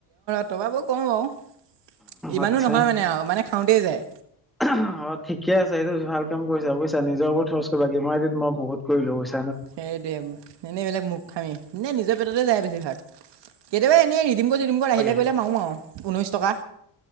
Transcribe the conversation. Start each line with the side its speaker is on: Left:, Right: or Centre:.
Right: টপ্-আপো কৰোঁ বাৰু। ইমানো
Centre: আচ্ছা
Right: নহয় মানে আও, মানে খাওঁতেই যায়।
Centre: অ', ঠিকে আছে। সেইটো ভাল কাম কৰিছা, বুজিছা? নিজৰ ওপৰত খৰচ কৰিবা। গেমৰ আই ডিত মই বহুত কৰিলোঁ বুইছ্‌
Right: সেয়ে দে। এনেই এইবিলাক মুৰ্খামি। এনেই নিজৰ পেটতে যায় বেছিভাগ। কেতিয়াবা এনেই ৰিডিম কোড - চিডিম কোড
Centre: তাকে
Right: আহিলে কৰিলে মাৰোঁ আও, ঊনৈশ টকা।